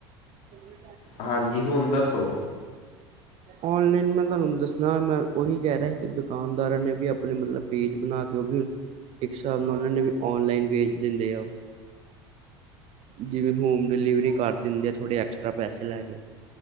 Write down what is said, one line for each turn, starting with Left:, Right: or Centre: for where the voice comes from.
Right: ਸ਼ੁਕਰੀ
Left: ਹਾਂਜੀ ਹੁਣ ਦੱਸੋ
Right: ਓਨਲਾਈਨ ਮੈਂ ਤੁਹਾਨੂੰ ਦੱਸਣਾ ਮੈਂ ਓਹੀ ਕਹਿ ਰਿਹਾ ਸੀ ਕਿ ਦੁਕਾਨਦਾਰਾਂ ਨੇ ਵੀ ਆਪਣੇ ਮਤਲਬ ਪੇਜ ਬਣਾ ਕੇ ਇੱਕ ਹਿਸਾਬ ਨਾਲ ਉਹ ਨੇ ਵੀ ਆਨਲਾਈਨ ਵੇਜ ਦਿੰਦੇ ਆ ਉਹ ਜਿਵੇਂ ਹੋਮ ਡਿਲੀਵਰੀ ਕਰ ਦਿੰਦੇ ਆ ਥੋੜੇ ਐਕਸਟਰਾ ਪੈਸੇ ਲੈ ਕੇ